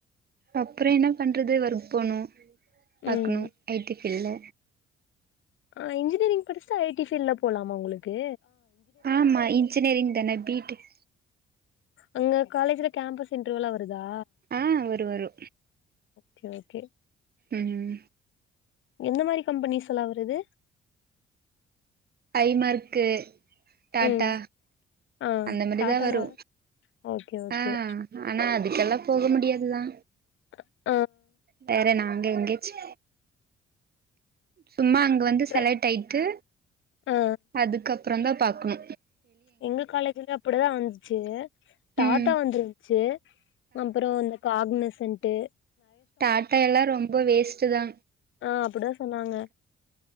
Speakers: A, on the right (about 50°); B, on the left (about 75°).
A: அப்றோ என்னா பண்றது ஒர்க் போனோ பாக்குணு
B: ம்
A: ஐ டி இல்ல
B: ஆ இன்ஜினியரிங் படிச்ட்டு ஐ டி ஃபீல்ட்ல போலாமா உங்குளுக்கு
A: ஆமா இன்ஜினியரிங் தானே பி டெக்
B: அங்க காலேஜ்ல கேம்பஸ் இன்டர்வியூலா வ ருதா
A: ஆ வரு வரு
B: கே ஓகே
A: ம்
B: என்ன மாரி கம்பனீஸ் எல்லா வருது
A: டைமர்க்கு டாடா
B: ம் ஆ
A: அந்த மாடித்தா
B: டாட்டால
A: வரு
B: ஓகே ஓகே
A: ஆ ஆனாது கெல்லா போக முடியாதுதா
B: அக்ஆ
A: வேற நா அங்க எங்கேச்சு சும்மா அங்க வந்து
B: ட்ரை
A: செலக்ட் ஆயிட்டு
B: ஆ
A: அதுக்கப் பறந்தா பாக்ணு
B: எங்க காலேஜ்சுல்லியு அப்படதா வந்துச்சு டாடா
A: ம்
B: வந்துருந்துச்சு அப்புறோ அந்த காக்னிஸ் சென்ட்டு
A: டாடா எல்லா ரொம்ப வேஸ்ட்டுதா
B: ஆ அப்டிதா சொன்னாங்க